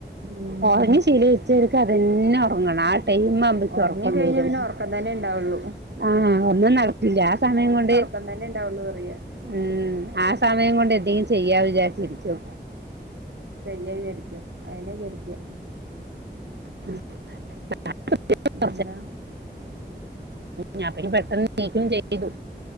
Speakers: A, on the right (about 90°); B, on the right (about 70°).
A: ഉം
B: ഓറഞ്ഞ ശി - ചരിക്കും അതന്നെ ഉറങ്ങണം, ആ ടൈം.
A: ഒറങ്ങി
B: റകംവരും,
A: കഴിഞ്ഞാ പിന്നെ ഒറക്കം തന്നെ ഇണ്ടാവുള്ളൂ
B: ആഹ ഒന്നും നടക്കില്ല ആ സമയം കൊണ്ട്.
A: ഇപ്പം തന്നെ ഉണ്ടാവുള്ളൂ പറയുക.
B: ഉം ആ സമയം കൊണ്ട്- എന്തെങ്കിലും ചെയ്യാ- വിചാരിച്ചിരിക്കും.
A: ചെയ്യചരിക്കും അതന്നേ വിചാരിക്കാ.
B: <unintelligible>
A: എന്താ
B: ഞപ്പ പെട്ടെന്ന് നീക്കക്കും ചെയ്തു,